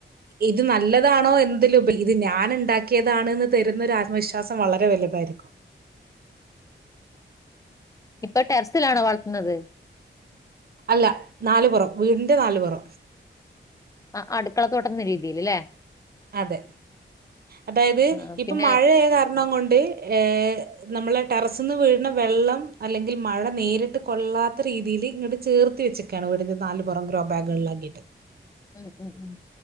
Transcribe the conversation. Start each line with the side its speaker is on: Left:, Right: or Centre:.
Right: ഇത് നല്ലതാണോ എന്ത്‌ലും ഇത് ഞാൻ ണ്ടാക്കിയതാണ്ന്ന് തെരുന്നൊര വിശ്വാസം വളരെ വലുതായിരിക്കും
Left: ഇപ്പൊ ടെർസിലാണോ വളർത്തുന്നത്
Right: അല്ല നാല് പൊറം വീട്ന്റെ നാല് പൊറം
Left: ആ അട്ക്കള തോട്ടെ ന്ന രീതില്ലേ
Right: അതെ അതായത്
Left: ആ
Right: ഇപ്പൊ
Left: പിന്നെ
Right: മഴായ കാരണങൊണ്ട് ഏഹ് നമ്മളെ ടെറസ്ന്ന് വീഴ്ന്ന വെള്ളം അല്ലെങ്കിൽ മഴ നേരിട്ട് കൊള്ളാത്ത രീതീല് ഇങ്ങട്ട് ചേർത്തി വെച്ച് ക്കാണ് വീടിന്റെ നാല് പൊറം ഗ്രോ ബാഗുകളിലാക്കിട്ട്
Left: ഉം ഉം ഉം